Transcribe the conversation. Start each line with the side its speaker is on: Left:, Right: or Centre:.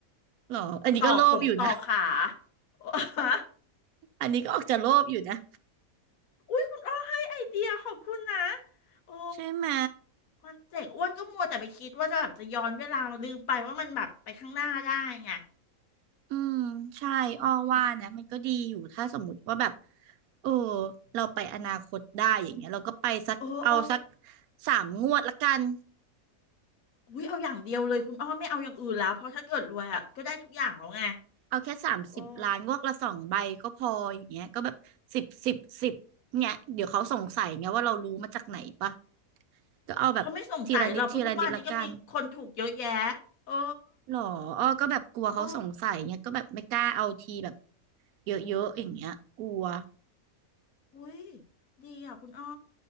Right: หรออันนี้ก็โลภอยู่นะ
Left: ต่อขงต่อขา <laughs>
Right: อันนี้ก็ออกจะโลภอยู่นะ
Left: อุ้ยคุณอ้อให้ไอเดียขอบคุณนะโอ้
Right: ใช่ไหม
Left: มันเจ๋งอ้วนก็มัวแต่ไปคิดว่าจะแบบจะย้อนเวลามาลืมไปว่ามันแบบไปข้างหน้าได้ไง
Right: อืมใช่อ้อว่านะมันก็ดีอยู่ถ้าสมมติว่าแบบ
Left: อืม
Right: เออเราไปอนาคตได้อย่างเงี้ยเราก็ไปสักเอาสัก
Left: เออเออ
Right: สามงวดละกัน
Left: อุ้ยเอาอย่างเดียวเลยคุณอ้อไม่เอาอย่างอื่นแล้วเพราะถ้าเกิดรวยอ่ะก็ได้ทุกอย่างแล้วไง
Right: เอาแค่สามสิบล้านงวดละสองใบก็พออย่างเงี้ยก็แบบสิบสิบสิบเนี่ยเดี๋ยวเขาสงสัยไงว่าเรารู้มาจากไหนปะ
Left: โอ้
Right: ก็เอาแบบทีละนิดทีละนิดละกัน
Left: เขาไม่สงสัยเราเพราะทุกวันนี้ก็มีคนถูกเยอะแยะ เออ
Right: หรออ้อก็แบบกลัวเขาสงสัยเงี้ยก็แบบไม่กล้าเอาทีแบบ
Left: เอ้
Right: เยอะๆอย่างเงี้ยกลัว
Left: อุ้ยดีอ่ะคุณอ้อ